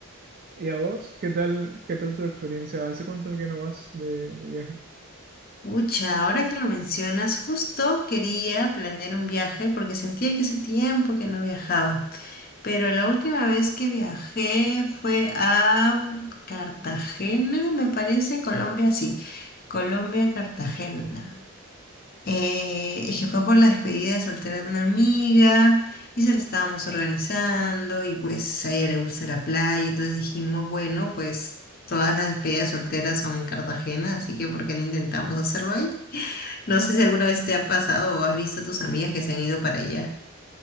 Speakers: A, on the right; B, on the left.
A: ¿Y a vos? ¿Qué tal, qué tal tu experiencia? ¿Hace cuánto que no vas de, de viaje?
B: Pucha, ahora que lo mencionas, justo quería planear un viaje porque sentía que hace tiempo que no viajaba. Pero la última vez que viajé fue a mm, Cartagena, me parece, Colombia, sí. Colombia, Cartagena. Eh, es que fue por la despedida de soltera de una amiga y se la estábamos organizando y pues a ella le gusta la playa, entonces dijimos, bueno, pues todas las despedidas solteras son en Cartagena, así que ¿por qué no intentamos hacerlo ahí? <laughs> No sé si alguna vez te ha pasado o has visto a tus amigas que se han ido para allá.